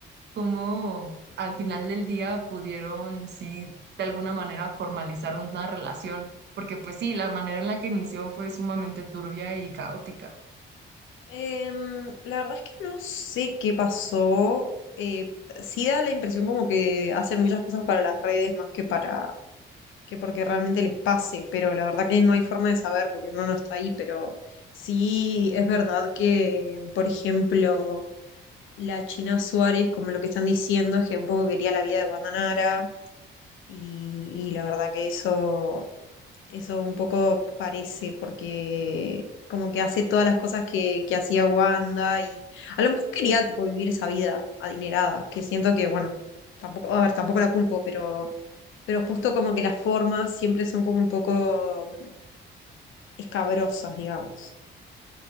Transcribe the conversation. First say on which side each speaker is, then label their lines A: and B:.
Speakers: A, on the right (about 60°); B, on the left (about 80°).
A: cómo al final del día pudieron, sí, de alguna manera formalizar una relación, porque pues sí, la manera en la que inició fue sumamente turbia y caótica.
B: Em, la verdad es que no sé qué pasó. Eh, sí da la impresión como que hacen muchas cosas para las redes más que para que porque realmente les pase, pero la verdad que no hay forma de saber porque no no está ahí, pero sí es verdad que, por ejemplo, la China Suárez, como lo que están diciendo, es que un poco quería la vida de Guandanara y, y la verdad que eso eso un poco parece, porque como que hace todas las cosas que, que hacía Wanda y a lo mejor quería tipo vivir esa vida adinerada, que siento que, bueno, tampoco, a ver, tampoco la culpo, pero, pero justo como que las formas siempre son como un poco mm, escabrosas, digamos.